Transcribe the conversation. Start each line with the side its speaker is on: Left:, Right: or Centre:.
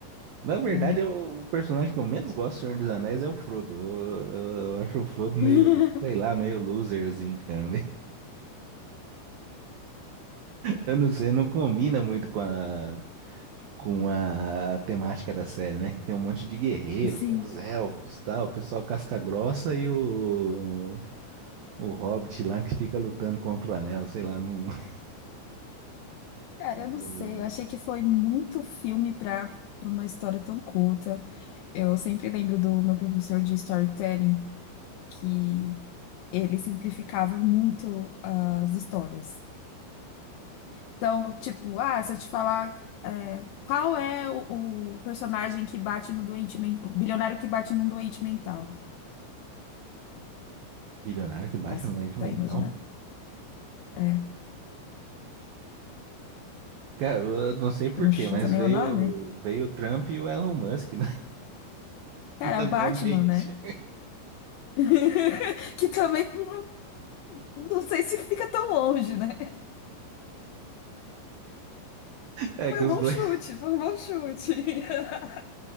Right: Na verdade,
Left: É.
Right: eu- o personagem que eu menos gosto do Senhor dos Anéis é o Frodo. Eu, eu- eu acho o Frodo meio,
Left: <laughs>
Right: sei lá, meio loser, assim, cara. <laughs> Eu não sei, não combina muito com a, com a temática da série, né? Que tem um monte de guerreiro,
Left: Sim.
Right: tem os elfos, tal, o pessoal casca grossa e o, o Hobbit lá que fica lutando contra o Anel, sei lá, num, <laughs>
Left: Cara, eu não
Right: do
Left: sei. Eu achei que foi muito filme pra, pra uma história tão curta. Eu sempre lembro do meu professor de storytelling que ele simplificava muito as histórias. Então, tipo, ah, se eu te falar é, qual é o, o personagem que bate no doente mental, o bilionário que bate num doente mental.
Right: bilionário que baixa
Left: Consegue
Right: no doente mental.
Left: imaginar? É,
Right: Cara, eu eu não sei por
Left: eu não
Right: quê,
Left: chuta
Right: mas
Left: nem
Right: veio,
Left: o nome.
Right: veio o Trump e o Elon Musk, né?
Left: Cara,
Right: <laughs> na
Left: é o
Right: minha
Left: Batman,
Right: mente.
Left: né? <laughs> Que também não, não sei se fica tão longe, né?
Right: É
Left: Foi
Right: que
Left: um
Right: os
Left: bom
Right: dois,
Left: chute, foi um bom chute. <laughs>